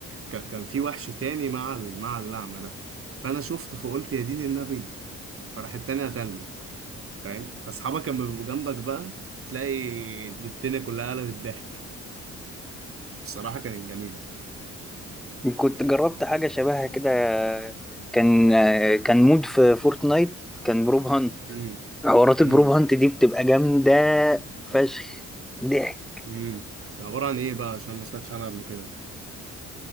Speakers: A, on the right (about 45°); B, in the centre.
A: ك- كان في وحش تاني مع ال- مع اللعمه ده فانا شفته فقلت يا دين النبي فراح التاني قتلني فاهم فاصحابك لما بيبقوا جنبك بقى تلاقي الدنيا كلها قلبت ضحك بصراحه كانت جميله
B: مم. كنت جربت حاجة شبهها كده كان آه، كان مود في فورتنايت كان بروب هانت
A: امم
B: حوارات البروب
A: امم
B: هانت دي بتبقى جامدة فشخ ضحك
A: امم ده عباره عن ايه بقى عشان ما سمعتش عنها قبل كده